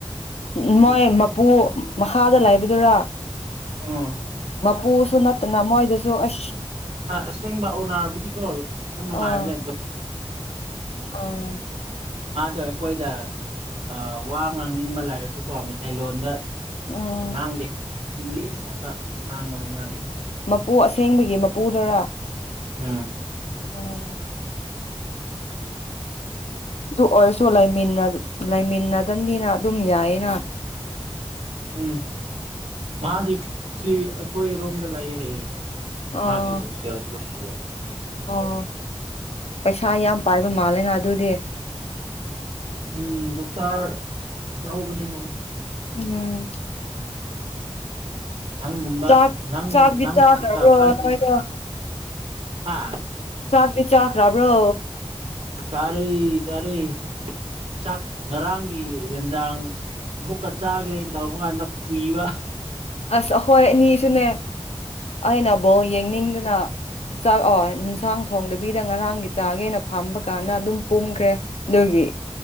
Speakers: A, on the right; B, on the left.
A: ꯃꯄꯨꯗꯨꯗꯤ
B: ꯎ ꯃꯣꯏ ꯃꯄꯨ ꯃꯈꯥꯗ ꯂꯩꯕꯗꯨꯔꯥ
A: ꯑꯥ
B: ꯄꯨꯁꯨ ꯅꯞꯇꯅ ꯃꯣꯏꯗꯨꯁꯨ ꯑꯩ
A: ꯑꯁꯦꯡꯕ ꯑꯣꯅꯥꯔꯕꯨꯗꯤꯀꯣ ꯌꯥꯝ ꯅꯨꯡꯉꯥꯏꯕꯅꯦ
B: ꯑꯥ ꯑꯥ
A: ꯃꯥꯗꯣ ꯑꯩꯈꯣꯏꯗ ꯑ ꯋꯥ ꯉꯥꯡꯅꯤꯡꯕ ꯂꯩꯔꯁꯨ ꯀꯣ ꯃꯩꯇꯩꯂꯣꯟꯗ
B: ꯎꯝ
A: ꯉꯥꯡꯗꯦ ꯏꯪꯂꯤꯁ ꯀꯠꯇꯥ ꯉꯥꯡꯕꯅꯦ ꯃꯥꯗꯤ
B: ꯄꯨ ꯑꯁꯦꯡꯕꯒꯤ ꯃꯄꯨꯗꯨꯔꯥ
A: ꯎꯝ
B: ꯑꯣ ꯑꯗꯨ ꯑꯣꯏꯔꯁꯨ ꯂꯩꯃꯤꯟꯅ ꯂꯩꯥꯏꯃꯤꯟꯅꯗꯕꯅꯤꯅ ꯑꯗꯨꯝ ꯌꯥꯏꯌꯦꯅ
A: ꯎꯝ ꯃꯥꯗꯤ ꯁꯤ ꯑꯩꯈꯣꯏꯔꯣꯝꯗ ꯂꯩꯌꯦ ꯍꯥꯢꯌꯦ
B: ꯑꯣ
A: ꯃꯥꯒꯤꯒꯣꯁꯇꯦꯜꯁꯨ ꯌꯦꯡ
B: ꯑꯣ ꯄꯩꯁꯥ ꯌꯥꯝ ꯄꯥꯏꯕ ꯃꯥꯜꯂꯦꯅ ꯑꯗꯨꯗꯤ
A: ꯎꯝ ꯗꯣꯛꯇꯔ ꯆꯥꯎꯕꯅꯦ ꯍꯥꯢꯌꯦ
B: ꯎꯝ
A: ꯅꯪꯒꯨꯝꯕ
B: ꯆꯥꯛ
A: ꯅꯪ
B: ꯆꯥꯕꯗꯤ
A: ꯅꯪ
B: ꯆꯥꯈꯔꯕ꯭ꯔꯣ
A: ꯄꯩꯁꯥ ꯄꯥꯏꯕꯅꯤꯅ
B: ꯅꯣꯢꯗꯣ
A: ꯍꯥ
B: ꯆꯥꯛꯇꯤ ꯆꯈ꯭ꯔꯕ꯭ꯔꯣ
A: ꯆꯥꯔꯩ ꯆꯥꯔꯩ ꯆꯥꯛ ꯉꯔꯥꯡꯒꯤ ꯍꯦꯟꯖꯥꯡ ꯑꯃꯨꯛꯀ ꯆꯥꯒꯦꯅ ꯇꯧꯕ ꯀꯥꯟꯗ ꯈꯨꯨꯏꯕ
B: ꯑꯁ ꯑꯩꯈꯣꯏ ꯑꯅꯤꯁꯨꯅꯦ ꯑꯩꯅꯕꯨꯧ ꯌꯦꯡꯅꯤꯡꯗꯅ ꯆꯥꯛ ꯑꯣ ꯏꯟꯁꯥꯡ ꯊꯣꯡꯗꯕꯤꯗ ꯉꯔꯥꯡꯒꯤ ꯆꯥꯒꯦꯅ ꯐꯝꯕ ꯀꯥꯟꯗ ꯑꯗꯨꯝ ꯄꯨꯝꯈ꯭ꯔꯦ ꯑꯗꯨꯒꯤ ꯑꯦ